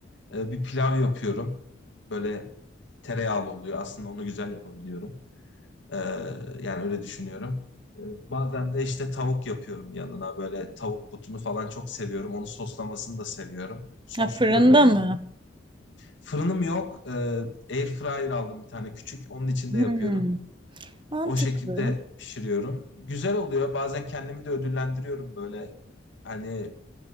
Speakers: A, on the left (about 65°); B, on the right (about 25°).
A: Ee, bir pilav yapıyorum. Böyle tereyağlı oluyor. Aslında onu güzel yapabiliyorum. Ee, yani öyle düşünüyorum. Ee, bazen de işte tavuk yapıyorum yanına. Böyle tavuk butunu falan çok seviyorum. Onu soslamasını da seviyorum. Sosluyorum
B: Ha, fırında
A: onu.
B: mı?
A: Fırınım yok. Ee, air fryer aldım bir tane küçük. Onun içinde
B: Hmm.
A: yapıyorum.
B: Mantıklı.
A: O şekilde pişiriyorum. Güzel oluyor. Bazen kendimi de ödüllendiriyorum böyle. Hani